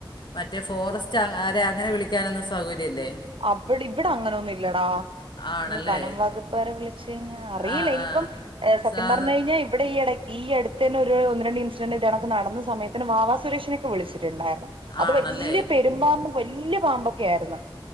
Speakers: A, on the left; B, on the right.
A: മറ്റേ ഫോറസ്റ്റ് ആരാ അങ്ങനെ വിളിക്കാനൊന്നും സൗകര്യല്ലെ
B: അവ്ടിവ്ട അങ്ങനൊന്നുല്ലടാ
A: ആണല്ലേ
B: ഇനി വനകുപ്പാരെ വിളിച്ചു കഴിഞ്ഞാ അറിയില
A: ആഹ്
B: ഇനീപം
A: ആഹ്
B: ഏഹ് സത്യം
A: സാധ
B: പർഞ്ഞഴ്ഞ്ഞി ഇവിടെ ഈ എടെ ഈ അട്ത്തെന്നെ ഒരു ഒന്ന് രണ്ട് ഇൻസിഡന്റ് ഇതെണക്ക് നടന്ന സമയത്തിന് വാവാ സുരേഷിനൊക്കെ വിളിച്ച് ണ്ടാര്ന്ന് അത്
A: ആണല്ലേ
B: വല്ല്യ പെരുമ്പാമ്പും വല്ല്യ പാമ്പൊക്ക്യായ്ര്ന്നു